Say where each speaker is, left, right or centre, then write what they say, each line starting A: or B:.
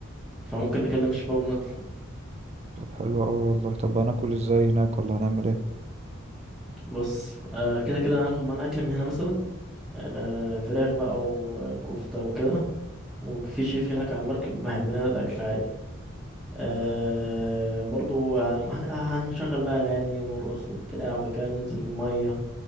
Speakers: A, in the centre; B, on the right.
A: فممكن نكلم الشباب ونطلع
B: طب حلو قوي والله طب هناكل ازاي هناك ولا هنعمل ايه
A: بص آه كده كده هناخد معانا أكل من هنا مثلا آه فراخ بقى وكفتة وكده وفي شيف هناك على المركب هيعمل لنا الأكل عادي آه برضو آه، هن- هنشغل بقى أغاني ونرقص وبتاع وكان ننزل المية